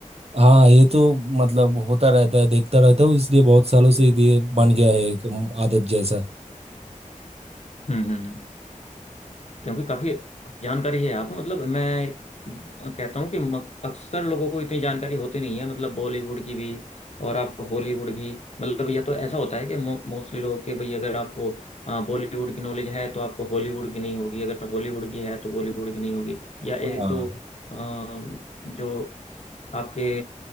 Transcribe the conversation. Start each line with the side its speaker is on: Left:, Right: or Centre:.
Right: हाँ ये तो मतलब होता रहता है देखता रहता हूँ इसलिए बहुत सालों से ये बन गया है एक आदत जैसा
Left: हम्म हम्म। क्योंकि काफी जानकारी है आपको मतलब मैं कहता हूँ कि म- अक्सर लोगों को इतनी जानकारी होती नहीं है मतलब बॉलीवुड की भी और आप हॉलीवुड भी मतलब या तो ऐसा होता है कि मोस्टली लोग के भाई अगर आपको बॉलीवुड की नॉलेज है तो आपको हॉलीवुड की नहीं होगी अगर हॉलीवुड की है तो बॉलीवुड की नहीं होगी या एक
Right: हाँ
Left: दो अ, जो आपके